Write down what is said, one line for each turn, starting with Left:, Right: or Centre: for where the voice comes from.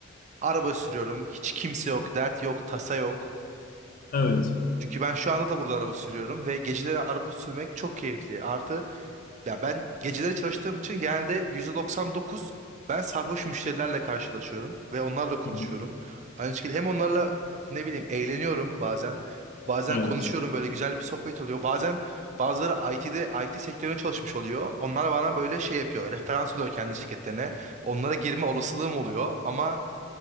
Right: Araba sürüyorum. Hiç kimse yok, dert yok, tasa yok.
Left: Evet.
Right: Çünkü ben şu anda da burada araba sürüyorum ve geceleri araba sürmek çok keyifli. Artı ya ben geceleri çalıştığım için genelde %99 ben sarhoş müşterilerle karşılaşıyorum ve onlarla konuşuyorum.
Left: Hı-hı.
Right: Aynı şekilde hem onlarla ne bileyim eğleniyorum bazen. Bazen
Left: Evet.
Right: konuşuyorum böyle güzel bir sohbet oluyor. Bazen bazıları IT'de IT sektörüne çalışmış oluyor. Onlar bana böyle şey yapıyor. Referans oluyor kendi şirketlerine. Onlara girme olasılığım oluyor ama